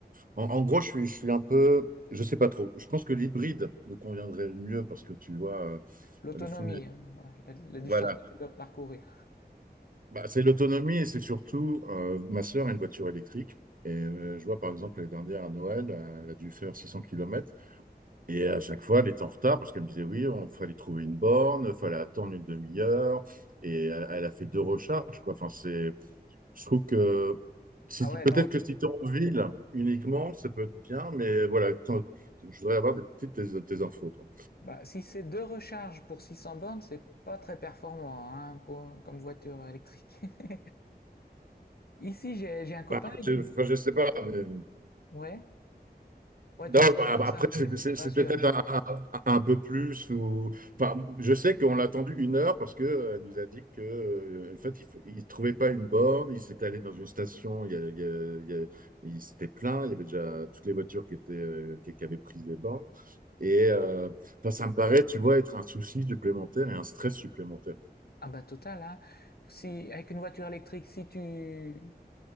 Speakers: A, on the right (about 55°); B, on the left (about 65°).
A: en, en gros, je suis, je suis un peu, je sais pas trop. Je pense que l'hybride me conviendrait le mieux parce que tu vois, euh,
B: L'autonomie,
A: le full,
B: hein, ouais, La, la
A: voilà.
B: distance que tu peux parcourir.
A: Bah, c'est l'autonomie et c'est surtout, euh, ma sœur a une voiture électrique. Et euh, je vois par exemple l'année dernière à Noël, euh, elle a dû faire 600 kilomètres Et à chaque fois, elle était en retard parce qu'elle me disait, oui, on fallait trouver une borne, il fallait attendre une demi-heure. Et elle, elle a fait deux recharges, quoi. Enfin, c'est, je trouve que si,
B: Ah
A: peut-être
B: ouais, non. t-
A: que si tu es en ville uniquement, ça peut être bien. Mais voilà, t'en- je voudrais avoir des petites tes, tes infos, toi.
B: Bah, si c'est deux recharges pour 600 bornes, c'est pas très performant hein, pour- comme voiture électrique. <laughs> Ici, j'ai j'ai un copain.
A: Bah,
B: il-
A: je, enfin, je sais pas. Mais
B: Ouais. Ouais,
A: Non,
B: tu dis ça
A: bah,
B: comme
A: bah, après,
B: ça,
A: c'est
B: t'es
A: c'est-
B: t'es pas
A: c'est
B: sûr.
A: peut-être un, un- un peu plus. Ou... Enfin, je sais qu'on l'a attendu une heure parce qu'elle nous a dit que, euh, en fait, il ne trouvait pas une borne. Il s'est allé dans une station, il, y a- il, y a- il, y a- il s'était plaint. Il y avait déjà toutes les voitures qui, étaient, euh, qui, qui avaient pris des bornes. Et euh, enfin, ça me paraît, tu vois, être un souci supplémentaire et un stress supplémentaire.
B: Ah bah total, hein. Si, avec une voiture électrique, si tu